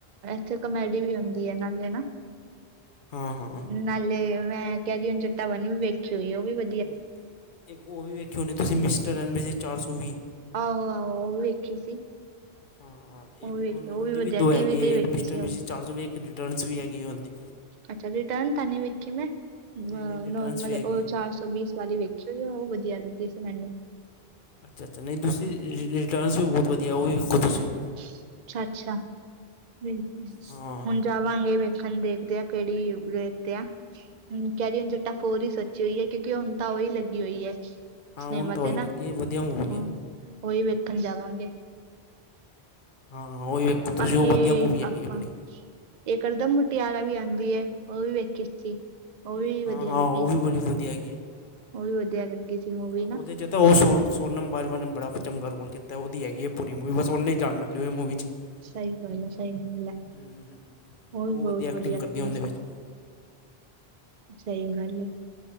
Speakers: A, on the right; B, on the left.
A: ਉੱਥੇ ਕਮੇਡੀ ਵੀ ਹੁੰਦੀ ਏ ਨਾਲੇ ਨਾ।
B: ਹਾਂ, ਹਾਂ।
A: ਨਾਲੇ ਮੈਂ ਕੈਰੀ ਔਨ ਜੱਟਾਂ ਵਨ ਵੀ ਵੇਖੀ ਹੋਈ ਏ ਉਹ ਵੀ ਵ।
B: ਹੂੰ ਇੱਕ ਉਹ ਵੀ ਵੇਖੀ ਹੋਣੀ ਤੁਸੀਂ ਮਿਸਟਰ ਐਡ ਮਿਸੀਜ਼ ਚਾਰ ਸੌ ਵੀਹ।
A: ਆਹੋ, ਆਹੋ ਉਹ ਵੀ ਵੇਖੀ ਸੀ।
B: ਹਾਂ ਹਾਂ
A: ਉਹ
B: ਇੱਕ
A: ਵੀ ਵੇਖੀ
B: ਉਹਦੀ
A: ਉਹ ਵੀ ਵਧੀਆ
B: ਦੋ
A: ਟੀ
B: ਹੈਗੀ
A: ਵੀ ਤੇ
B: ਹੈ
A: ਹੀ ਵੇਖੇ
B: ਇੱਕ ਮਿਸਟਰ
A: ਸੀ ਉਹ।
B: ਮਿਸਿਜ਼ ਚਾਰ ਸੌ ਵੀਹ। ਰਿਟਰਨਸ ਵੀ ਹੈਗੀ ਉਹਦੀ
A: ਅੱਛਾ ਰਿਟਰਨ ਤਾਂ ਨੀ ਵੇਖੀ ਮੈਂ। ਅ
B: ਨਹੀਂ ਨਹੀਂ ਰਿਟਰਨਸ
A: ਨੋਰਮਲ
B: ਵੀ ਹੈਗੀ
A: ਉਹ
B: ਹੈ
A: ਚਾਰ ਸੌ ਬੀਸ ਵਾਲੀ ਵੇਖੀ ਹੋਈ ਉਹ ਵਧੀਆ ਲੱਗੀ ਸੀ ਮੈਨੂੰ।
B: ਅੱਛਾ, ਅੱਛਾ ਨਹੀਂ ਤੁਸੀਂ ਰਿ ਰਿ ਰਿਟਰਨਸ ਵੀ ਬਹੁਤ ਵਧੀਆ ਉਹ ਵੀ ਵੇਖੋ ਤੁਸੀਂ।
A: ਅਛਾ- ਅਛਾ ਬਿਲਕੁਲ
B: ਹਾਂ
A: ਹੁਣ। ਜਾਵਾਂਗੇ ਵੇਖਣ ਦੇਖਦੇ ਆ ਕਿਹੜੀ ਦੇਖਦੇ ਆਹ ਕਹਿਨਦੇ ਹੁੰਦੇ। ਤਾਂ ਫੇਰ ਹੋਰ ਹੀ ਤੋਰੀ ਸਜੀ ਹੋਈ ਹੈ। ਕਿਉਕਿ ਹੁਣ ਤਾਂ ਉਹੀ ਲੱਗੀ ਹੋਈ ਹੈ।
B: ਹਾਂ
A: ਡੈਮ
B: ਹੁਣ ਤਾਂ ਉਹੀ
A: ਤੇ ਨਾ
B: ਲੱਗੀ ਵਧੀਆ ਮੂਵੀ
A: ਉਹੀ
B: ਹੈ
A: ਵੇਖਣ ਜਾਵਾਂਗੇ।
B: ਹਾਂ ਉਹੀ ਵੇਖੋ ਤੁਸੀਂ
A: ਬਾਕੀ
B: ਉਹ ਵਧੀਆ ਮੂਵੀ ਹੈਗੀ
A: ਆਪਾਂ।
B: ਹੈ ਬੜੀ
A: ਇਹ ਕਰੜਦਮ <unintelligible> ਮੁਟੀ ਵਾਲਾ ਵੀ ਆਉਂਦੀ ਉਹ ਵੀ ਵੇਖੀ ਸੀ ਉਹ ਵੀ
B: ਹਾਂ
A: ਵਧੀਆ
B: ਹਾਂ
A: ਲੱਗੀ।
B: ਉਹ ਵੀ ਬੜੀ ਵਧੀਆ ਹੈਗੀ।
A: ਉਹ ਵੀ ਵਧੀਆ ਲੱਗੀ। ਮੂਵੀ
B: ਹਾਂ ਉਹਦੇ
A: ਨਾ
B: ਚ। ਅਤੇ ਤਾਂ ਉਹ ਸਨ ਸੋਨਮ ਬਾਜਵਾ ਨੇ ਬੜ ਚੰਗਾ ਰੋਲ ਕੀਤਾ ਉਹਦੀ ਹੈਗੀ ਹੈ। ਪੂਰੀ ਮੂਵੀ ਬਸ ਉਹਨੇ ਜਾਣ ਵਾਲੀ ਇਹ ਮੂਵੀ। ਹੂੰ-
A: ਸਹੀ ਗੱਲ ਹੈ ਸਹੀ ਗੱਲ ਹੈ
B: ਹੂੰ
A: ਵੀ
B: ਉਹ
A: ਬਹੁਤ
B: ਵਧੀਆ ਐਕਟਿੰਗ
A: ਲੱਗਦੀ
B: ਕਰਦੀ ਆ ਉਹਦੇ
A: ਸੀ
B: ਵਿਚ।
A: ਸਹੀ ਗੱਲ ਹੈ।